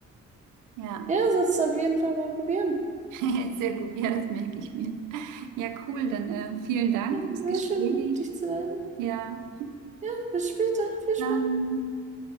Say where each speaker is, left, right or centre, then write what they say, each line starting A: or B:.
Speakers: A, on the right; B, on the right.
A: Ja,
B: Ja, sollst du auf jeden Fall mal probieren.
A: <laughs> sehr gut. Ja, das merke ich mir. Ja, cool. Dann äh, vielen Dank
B: Ja,
A: fürs
B: Sehr
A: Gespräch.
B: schön, dich zu lernen.
A: Ja,
B: Ja, bis später. Viel Spaß.
A: dann